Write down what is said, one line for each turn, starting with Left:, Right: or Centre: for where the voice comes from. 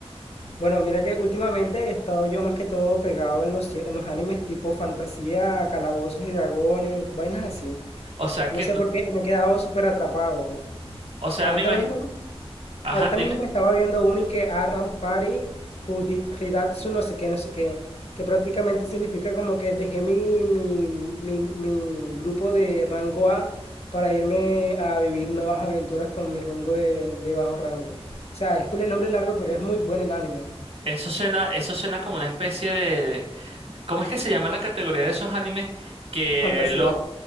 Left: Bueno, mira que últimamente he estado yo más que todo pegado en los, en los animes tipo fantasía, calabozos y dragones y vainas así.
Right: O sea que
Left: No sé
Right: tú,
Left: por qué me he quedado súper atrapado.
Right: o sea,
Left: Ahorita
Right: me imagino.
Left: mismo,
Right: Ajá,
Left: Ahorita
Right: dime.
Left: mismo me estaba viendo uno y que Aram Pari, who did Hidatsu, no sé qué, no sé qué, que prácticamente significa como que dejé mi, mi, mi, mi grupo de rango A para irme a vivir nuevas aventuras con mi rango de, de bajo rango. O sea, es cool el nombre largo, pero es muy bueno el anime.
Right: Eso suena, eso suena como una especie de, de- de- ¿Cómo es que se llama la categoría de esos animes? Que
Left: Fantasía.
Right: los...